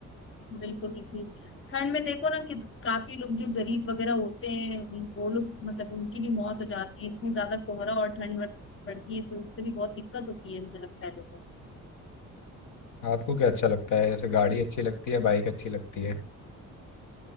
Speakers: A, on the left (about 45°); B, on the left (about 80°).
A: बिल्कुल बिल्कुल ठंड में देखो ना कि काफी लोग जो गरीब वगैरह होते हैं उन- वो लोग मतलब उनकी भी मौत हो जाती है इतनी ज्यादा कोहरा और ठंड बढ़- पड़ती है तो उससे भी बहुत दिक्कत होती है मुझे लगता है लोगों को
B: आपको क्या अच्छा लगता है जैसे गाड़ी अच्छी लगती है बाइक अच्छी लगती है